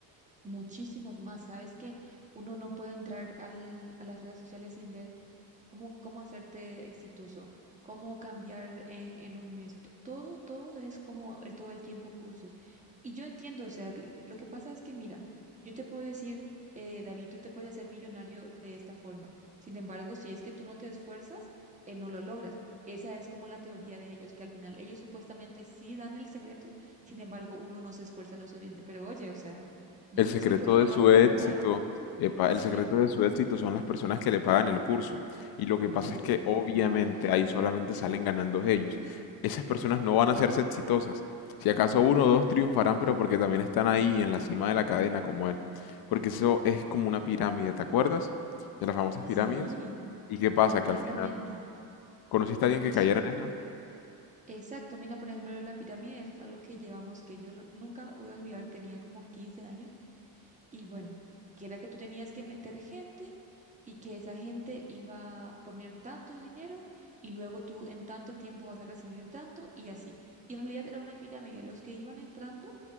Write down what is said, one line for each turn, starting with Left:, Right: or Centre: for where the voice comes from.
Right: Muchísimos más. Sabes que uno no puede entrar al- a las redes sociales sin ver cómo, cómo hacerte exitoso, cómo cambiar eh, en un mes. to- Todo, todo es como el, todo el tiempo cursos. Y yo entiendo, o sea, l- lo que pasa es que, mira, yo te puedo decir, eh, David, tú te puedes hacer millonario de esta forma. Sin embargo, si es que tú no te esfuerzas, eh, no lo logras. Esa es como la teoría de ellos, que al final ellos supuestamente sí dan el secreto, sin embargo, uno no se esfuerza lo suficiente. Pero oye, o sea, <laughs> yo
Left: El
Right: estoy
Left: secreto
Right: poniendo
Left: de
Right: la
Left: su
Right: voluntad.
Left: éxito, epa,
Right: <laughs>
Left: el secreto de su éxito son las personas que le pagan el curso. Y lo que pasa
Right: Sí,
Left: es que obviamente
Right: exacto.
Left: ahí solamente salen ganando ellos. Esas personas no van a hacerse exitosas. Si acaso uno o dos triunfarán, pero porque también están ahí en la cima de la cadena como él. Porque eso es como una pirámide, ¿te acuerdas? De las famosas
Right: Sí.
Left: pirámides. ¿Y qué pasa?
Right: Completamente.
Left: Que al final, ¿conociste a alguien
Right: Que
Left: que
Right: es,
Left: cayera en eso?
Right: exacto. Mira, por ejemplo, la pirámide, eso es algo que llevamos, que yo re- nunca me voy a olvidar, tenía como 15 años y bueno, que era que tú tenías que meter gente y que esa gente iba a poner tanto dinero y luego tú en tanto tiempo vas a recibir tanto y así. Y en realidad era una pirámide. Los que iban entrando